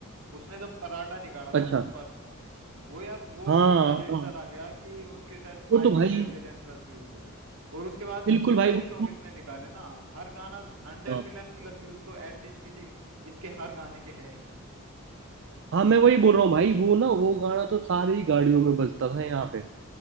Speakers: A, on the right; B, on the right.
A: उसने जब पराठा निकाला था
B: अच्छा
A: अपना फर्स्ट सॉन्ग वो यार वो
B: हाँ
A: ही इतना हिट
B: हाँ
A: चला गया कि उसके शायद five
B: वो तो भाई
A: hundred million plus views है और उसके बाद
B: बिल्कुल
A: जितने
B: भाई वो-
A: भी सॉन्ग इसने निकाले ना हर गाना हंड्रेड
B: हाँ
A: मिलियन प्लस व्यूज तो एटलीस्ट किसी इसके हर गाने के हैं ही
B: हाँ, मैं वही बोल रहा हूँ भाई वो ना वो गाना तो सारी गाड़ियों में बजता था यहाँ पे